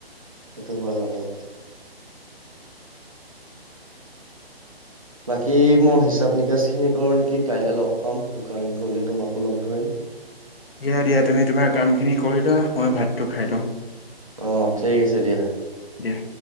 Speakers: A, on the right; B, on the left.
A: সেইটো হয় বাৰু। বাকী মই হিচাপ নিকাচ খিনি কৰো নেকি কাইলৈ লগ পাম দোকানত গলে তোমাকো লগ ধৰিম।
B: দিয়া দিয়া তুমি তোমাৰ কামখিনি কৰিলোৱা মই ভাতটো খাই লওঁ।
A: অ ঠিক আছে দিয়া।
B: দিয়া